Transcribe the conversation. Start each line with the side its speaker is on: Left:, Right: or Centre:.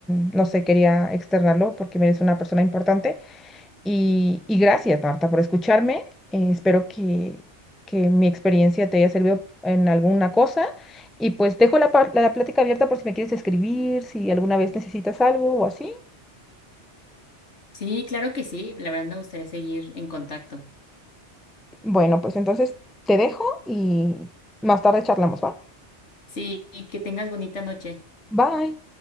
Centre: mm, no sé, quería externarlo porque eres una persona importante Y, y gracias, Marta, por escucharme. Eh, espero que, que mi experiencia te haya servido en alguna cosa. Y pues dejo la, par- la plática abierta por si me quieres escribir, si alguna vez necesitas algo o así.
Left: Sí, claro que sí. La verdad me gustaría seguir en contacto.
Centre: Bueno, pues entonces te dejo y más tarde charlamos, ¿va?
Left: Sí, y que tengas bonita noche.
Centre: Bye.